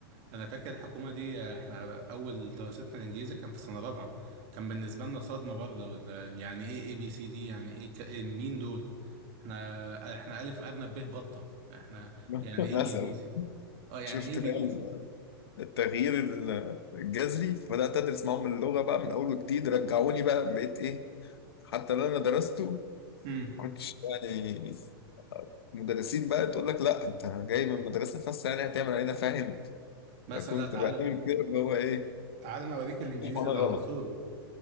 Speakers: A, on the right; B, on the left.
A: انا فاكر الحكومه دي احنا اول دراستنا الانجليزي كان في سنه رابعه كان بالنسبه لنا صدمه برضه لا- يعني ايه اي بي سي دي يعني ايه ك- إيه مين دول احنا احنا الف ارنب به بطه احنا
B: <laughs>
A: يعني ايه
B: مثلا
A: انجليزي اه يعني
B: شفت
A: ايه انجليزي
B: بقى التغيير الجذري فبدات ادرس معاهم اللغه بقى من اول وجديد رجعوني بقى بقيت ايه حتى اللي انا درسته
A: امم
B: ما كنتش يعني مدرسين بقى تقول لك لا انت جاي من مدرسه خاصه يعني هتعمل علينا فاهم
A: مثلا
B: فكنت
A: لا تعالى
B: بعمل كده اللي هو ايه
A: تعالى انا اوريك الانجليزي
B: وانا
A: اللي
B: غلط
A: على اصوله